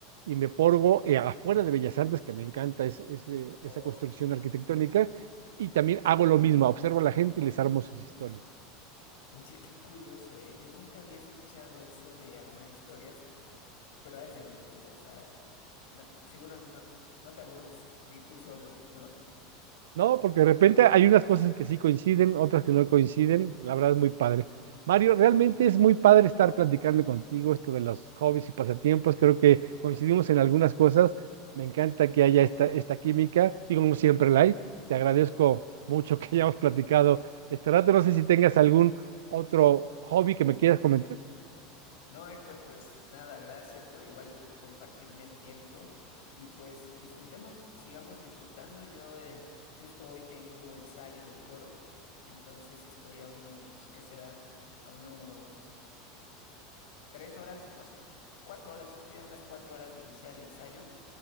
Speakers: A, on the right (about 80°); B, on the left (about 75°).
A: y me porgo eh, afuera de Bellas Artes, que me encanta es- ese-
B: Oh,
A: esa construcción
B: sí, precioso.
A: arquitectónica, y también hago lo mismo, observo a la gente y les armo sus historias.
B: Oye, qué curioso, ¿eh? Yo nunca había escuchado eso de armar historias, pero ha de ser divertido. O sea, no- seguro no, no te aburres, ni tú solo, no
A: No, porque de repente hay unas cosas que sí coinciden, otras que no coinciden. La verdad es muy padre. Mario, realmente es muy padre estar platicando contigo esto de los hobbies y pasatiempos. Creo que coincidimos en algunas cosas. Me encanta que haya esta, esta química y como siempre la hay. Te agradezco mucho <laughs> que hayamos platicado este rato. No sé si tengas algún otro hobby que me quieras comentar.
B: No, Héctor, pues nada, gracias por igual compartirme el tiempo y pues disfrutemos, sigamos disfrutando. Yo eh, justo hoy tengo ensayo del coro, entonces estoy a unos, ¿qué será? A unos tres horas, más cuatro horas, estoy a unas cuatro horas de iniciar el ensayo,